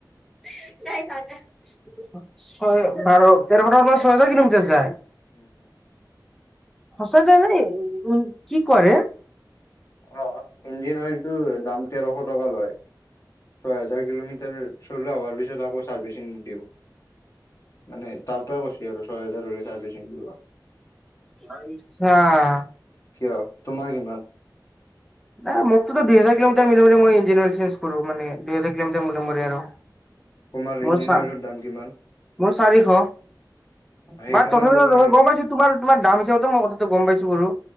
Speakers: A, in the centre; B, on the left.
A: ছয় বাৰ তেৰ বটাৰ পৰা ছয় হাজাৰ কিলোমিটাৰ যায়।
B: উম
A: সঁচা যায় নে উ কি কোৱা ৰে।
B: অ ইঞ্জিন অইলটো দাম তেৰশ টকা লয়, ছয় হোজাৰ কিলোমিটাৰ চলোৱা হোৱাৰ পিছত আকৌ চাৰ্ভিচিং দিওঁ। মানে তাৰ পৰা কৈছি আৰু ছয় হেজাৰ হলে চাৰ্ভিচিং দিবা।
A: আচ্ছা
B: কিয় তোমাৰ কিমান?
A: নাই মোকতো দুই হাজাৰ কিলোমিটাৰ মই-মই ইঞ্জিয়াৰ চজ কৰো মান দুইহাজাৰ কিলোমিটাৰ মূৰে-মূৰে আৰু।
B: কুমাৰ
A: মোৰ
B: ইঞ্জিনইলৰ
A: চা
B: দাম কিমান?
A: মোৰ চাৰিশ
B: সেইকাৰণে
A: বাট তথাপিতো
B: কৰিব লাগে
A: গম পছ তোৰ-তোমাৰ দাম হিচাপত মই কথাটো গম পাইছো। কৰো